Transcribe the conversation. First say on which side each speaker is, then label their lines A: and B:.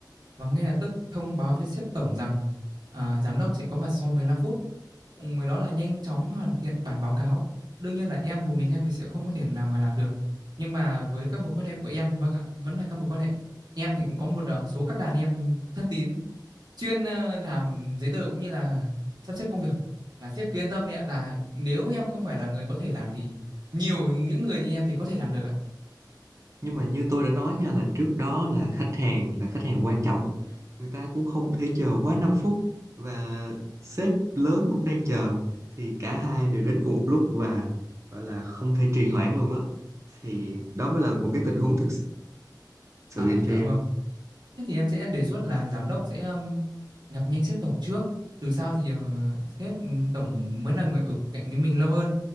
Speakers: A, on the right; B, on the right.
A: và ngay lập tức thông báo với sếp tổng rằng à, giám đốc sẽ có mặt sau 15 phút. Cùng với đó là nhanh chóng hoàn thiện bản báo cáo. Đương nhiên là em một mình em thì sẽ không có thể nào mà làm được. Nhưng mà với các mối quan hệ của em, vâng ạ, vẫn là các mối quan hệ. Em thì cũng có một ờ, số các đàn em thân tín chuyên ờ, làm giấy tờ cũng như là sắp xếp công việc là sếp cứ yên tâm đi ạ là nếu em không phải là người có thể làm thì nhiều những người như em thì có thể làm được ạ
B: nhưng mà như tôi đã nói nha là trước đó là khách hàng là khách hàng quan trọng người ta cũng không thể chờ quá năm phút và sếp lớn cũng đang chờ thì cả hai đều đến cùng một lúc và gọi là không thể trì hoãn luôn á thì đó mới là một cái tình huống thực sự
A: à
B: dành cho
A: dạ
B: em
A: vâng thế thì em sẽ đề xuất là giám đốc sẽ ừm, gặp nhanh sếp tổng trước từ sau thì ờ, sếp ừm, tổng mới là người ở cạnh với mình lâu hơn